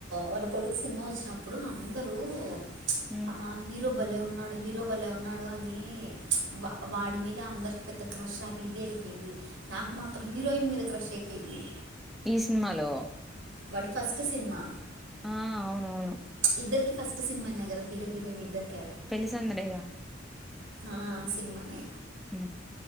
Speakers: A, on the right; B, in the centre.
A: వాళ్ళ కొడుకు సినిమా వచ్చినప్పుడు అందరూ ప్చ్
B: హ్మ్.
A: ఆ హీరో బలే ఉన్నాడు హీరో బలే ఉన్నాడు అనీ ప్చ్ వా వాడి మీద అందరికి పెద్ద క్రష్ అది ఇది అయిపోయింది. నాకు మాత్రం హీరోయిన్ మీద క్రష్ అయిపోయింది.
B: ఈ సినిమాలో
A: వాడి ఫస్ట్ సినిమా.
B: ఆఁ అవునవును
A: ప్చ్ ఇద్దరికి ఫస్ట్ సినిమానే గద హీరో, హీరోయిన్ ఇద్దరికె
B: పెళ్లిసందడేగా
A: ఆ సినిమానే
B: అ